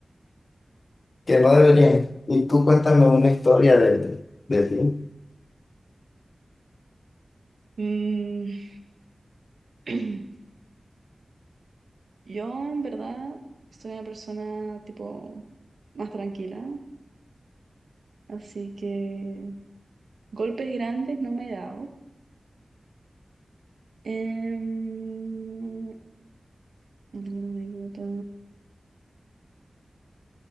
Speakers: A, on the left; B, on the right.
A: que no deberían. Y tú cuéntame una historia de, de ti.
B: Mm, <clears throat> Yo, en verdad, soy una persona tipo más tranquila, así que golpes grandes no me he dado. Em, ¿alguna anécdota?